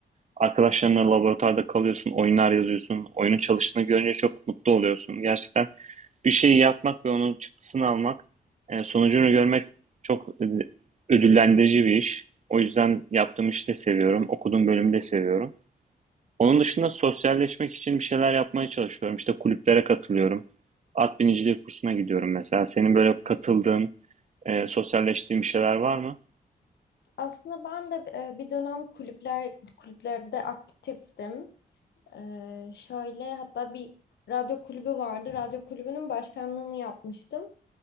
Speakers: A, on the right; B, on the left.
A: Arkadaşlarınla laboratuvarda kalıyorsun, oyunlar yazıyorsun. Oyunun çalıştığını görünce çok mutlu oluyorsun. Gerçekten bir şeyi yapmak ve onun çıktısını almak, e, sonucunu görmek çok e, ödüllendirici bir iş. O yüzden yaptığım işi de seviyorum, okuduğum bölümü de seviyorum. Onun dışında sosyalleşmek için bir şeyler yapmaya çalışıyorum. İşte kulüplere katılıyorum. At biniciliği kursuna gidiyorum mesela. Senin böyle katıldığın, e, sosyalleştiğin bir şeyler var mı?
B: Aslında ben de e, bir dönem kulüpler kulüplerde aktiftim. E, şöyle hatta bir radyo kulübü vardı. Radyo kulübünün başkanlığını yapmıştım.